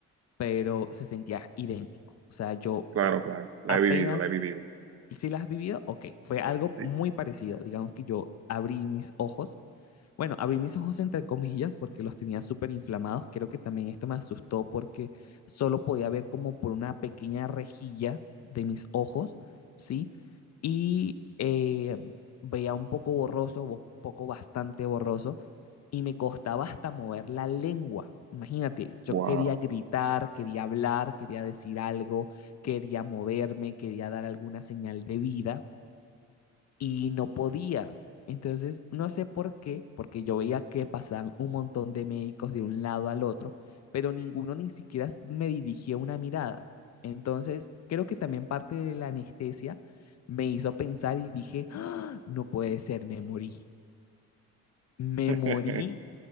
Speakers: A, on the left; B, on the right.
A: pero se sentía idéntico. O sea, yo
B: Claro, claro, la
A: apenas,
B: he vivido, la he vivido.
A: si las has vivido, ok, fue algo
B: Sí.
A: muy parecido. Digamos que yo abrí mis ojos bueno, abrí mis ojos entre comillas porque los tenía súper inflamados. Creo que también esto me asustó porque solo podía ver como por una pequeña rejilla de mis ojos, ¿sí? Y eh, veía un poco borroso, bo- un poco bastante borroso, y me costaba hasta mover la lengua. Imagínate, yo
B: Wow.
A: quería gritar, quería hablar, quería decir algo, quería moverme, quería dar alguna señal de vida, y no podía. Entonces, no sé por qué, porque yo veía que pasaban un montón de médicos de un lado al otro, pero ninguno ni siquiera me dirigía una mirada. Entonces, creo que también parte de la anestesia me hizo pensar y dije, "¡Ah! no puede ser, me morí, me morí,
B: <laughs>